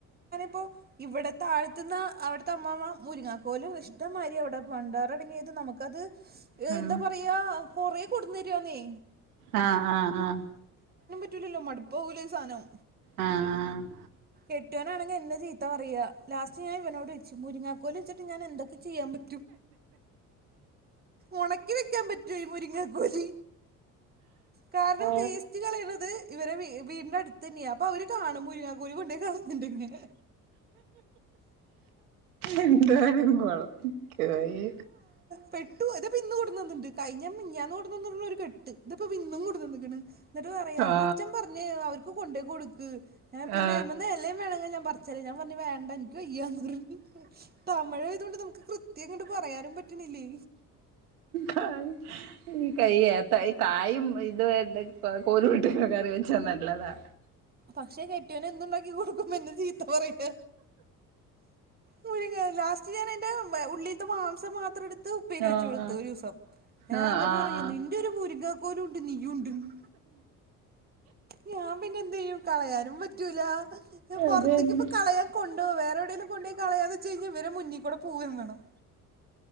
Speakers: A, on the right; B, on the right.
A: അപ്പോ ഇവിടെ താഴത്തുന്ന് അവിടുത്തെ അമ്മാമാ മുരിങ്ങാക്കോലും ഇഷ്ടമാതിരി അവിടെ വണ്ടാറടങ്ങിയത് നമുക്കത് എന്താ
B: ഉം
A: പറയാ കൊറേ കൊടന്നരിയാന്നേ
B: ആഹ് ആഹ് ആഹ്
A: പറ്റല്ലോ മടുത്തോവ്ലെ ഇ സാധനം
B: ആഹ് ആഹ്
A: കെട്ടിയോൻ ആണെങ്കി എന്നെ ചീ ത്ത പറയുക ലാസ്റ്റ് ഞാൻ ഇവനോട് ചോയിച്ചു മുരിങ്ങക്കോൽ വെച്ചിട്ട് ഞൻ എന്തൊക്കെ ചെയ്യാൻപറ്റ് ഒണക്കി വെക്കാൻ പറ്റോ ഇ മുരിങ്ങക്കോല് കാരണം
B: ആ
A: വേസ്റ്റ് കളയണത് ഇവരെ വീടിന്റെ അടുത്ത് തന്നെയ അപ്പൊ അവര് കാണും മുരിങ്ങാക്കോല് കൊണ്ട് കളഞ്ഞട്ടോണ്ടെങ്കിൽ
B: എന്തായാലും കൊള്ളാം എനിക്ക് വയ്യ
A: പെട്ടു ഇതിപ്പോ ഇന്ന് കൊണ്ട് തന്നിട്ടുണ്ട് കഴിഞ്ഞ മാ മിനിഞ്ഞാന്ന് കൊണ്ട് തന്നട്ടൊണ്ട് ഒരു കെട്ട് ഇതിപ്പോ ഇന്നും കൊണ്ട് തന്നിരിക്കണ് എന്നിട്ട് പറയാ
B: ആ
A: അച്ഛൻ പറഞ്ഞു അവർക്ക്‌ ക്ക് കൊണ്ട്‌ കൊടുക്ക് പിന്നെ
B: ആ
A: അതിമേന്ന് എലയും വേണെങ്കി പറിച്ചു തരാം ഞാൻ പറഞ്ഞു വേണ്ട എനിക്ക് വയ്യാന്ന് പറഞ്ഞു തമിഴ് ആയത് കൊണ്ട് നമുക്ക് കൃത്യം അങ്ങോട്ട് പറയാനും പറ്റുന്നില്ലേ
B: കായ് ഈ <unintelligible> കായും ഇത് ഉണ്ടെങ്കി കൊഴ കോലും ഇട്ട് കറി വെച്ചാ നല്ലതാ
A: പക്ഷെ കെട്ടിയോൻ എന്തുണ്ടാക്കി കൊടുക്കുമ്പോ എന്നെ ചീത്ത പറയ്ക മുരിങ്ങ ലാസ്റ്റ് ഞാൻ അതിന്റെ ഉള്ളിയിത്തെ മാംസം മാത്രം എടു ഉപ്പേരി
B: ആ
A: വെച്ചു കൊടുത്ത്
B: ആ
A: ഒരു ദിവസം
B: ആ
A: എന്നിട്ട്
B: ആ
A: പറയുക
B: ആ
A: നിന്റെ ഒരു മുരിങ്ങകോലും ഉണ്ട് നീയുംഉണ്ടെന്ന് ഞാൻ പിന്നെ എന്ത് ചെയ്യും കളയാനും പറ്റൂല പുറത്തേക്ക്‌
B: അത് തന്നെ
A: ഇപ്പം കളയാൻ കൊണ്ട്‌ വേറെ എവിടെങ്കിലും കൊണ്ടോയി കളയാന്ന് വെച്ച് കഴിഞ്ഞാ ഇവരുടെ മുന്നിൽ കൂടെ പോവുകയും വേണം